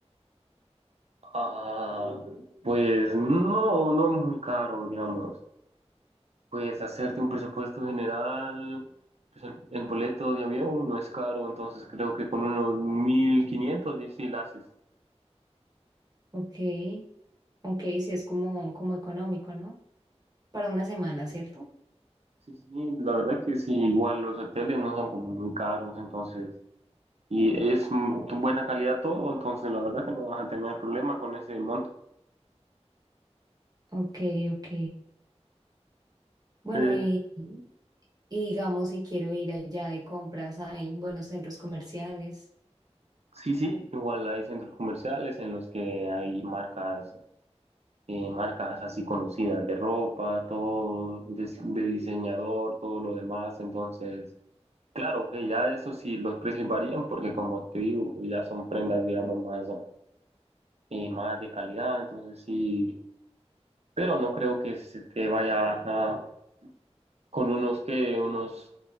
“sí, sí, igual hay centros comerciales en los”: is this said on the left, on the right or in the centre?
Right